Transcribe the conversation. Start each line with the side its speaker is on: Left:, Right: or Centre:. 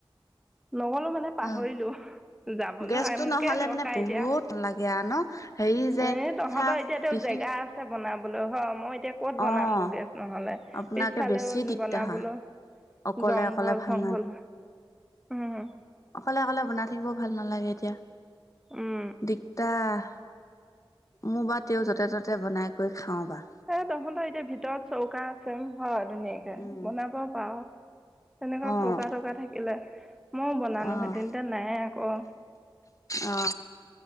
Centre: নগ'লো মানে, পাহৰিলো।
Left: অ',
Centre: যাবলৈ
Left: গেছটো
Centre: মোকে
Left: নহ'লে
Centre: দৰকাৰ
Left: মানে বহুত
Centre: এতিয়া,
Left: লাগে আৰু ন' হেৰি যে
Centre: এই তহঁতৰ
Left: চাহ
Centre: এতিয়াতেও
Left: বিশেষ
Centre: জেগা বনাবলৈ হয়, মই এতিয়া। ক'ত বনাম
Left: অ',
Centre: গৈ, নহ'লে গেছ নহ'লে
Left: আপোনাকে
Centre: পিছফালেও
Left: বেছি দিগদাৰ
Centre: বনাবলৈ।
Left: হয়। অকলে
Centre: জংঘল-চংঘল
Left: অকলে ভাল
Centre: হয়, উম, উম,
Left: অকলে-অকলে বনাই থাকিব ভাল নালাগে এতিয়া।
Centre: উম,
Left: দিগদাৰ, মোৰ বা তেওঁক য'তে, ত'তে বনাই কৰি খাওঁ বা।
Centre: এই তহঁতৰ এতিয়া ভিতৰত চৌকা আছে, হয় ধুনীয়াকে
Left: উম,
Centre: বনাব পাৰ। তেনেকুৱা
Left: অ',
Centre: চৌকা-তৌকা থাকিলে, ময়ো বনালো
Left: অ',
Centre: হতিন, এতিয়া নাই আকৌ।
Left: অ,